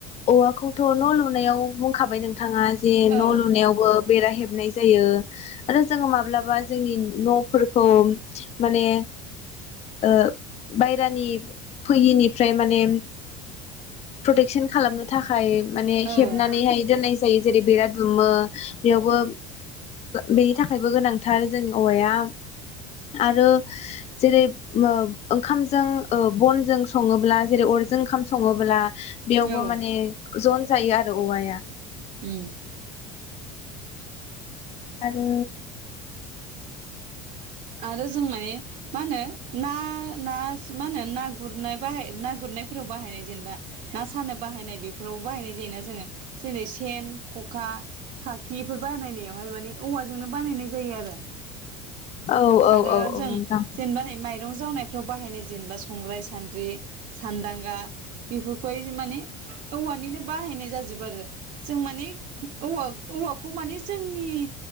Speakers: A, on the left; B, on the right.
A: औवाखौथ' न' लुनायाव बुंखाबाय नों थाङा जे
B: औ
A: न' लुनायावबो बेरा हेबनाय जायो आरो जोङो माब्लाबा जोंनि न'फोरखौ माने ओ। बायहेरानि फैयिनिफ्राय माने प्रटेकसन खालामनो थाखाय माने
B: औ
A: हेबनानैहाय दोननाय जायो जेरै बिराद दुमो। बेयावबो बेनि थाखायबो गोनांथार जोंनि औवाया आरो जेरै मो ओंखामजों ओ बनजों सङोब्ला जेरै अरजों ओंखाम सङोब्ला
B: औ
A: बेयावबो माने जन जायो आरो औवाया
B: उम
A: आरो
B: आरो जों माने मा होनो ना ना मा होनो ना गुरनाय बाहाय ना गुरनायफोराव बाहायनाय जेनेबा ना सानो बाहायनाय बेफोरावबो बाहायनाय जायो ना जोङो <unintelligible> सेन, खखा, खा खिफोर बानायनायावहाय माने औवाजोंनो बानायनाय जायो आरो
A: औ औ
B: आरो
A: औ औ
B: जों
A: नोंथां
B: जेनेबा नै माइरं जावनायफ्राव बाहायनाय जेनेबा संग्राय सान्द्रि सानदांगा बेफोर खौहाय माने औवानिनो बाहायनाय जाजोबो आरो जों माने औवा औवाखौ माने जोंनि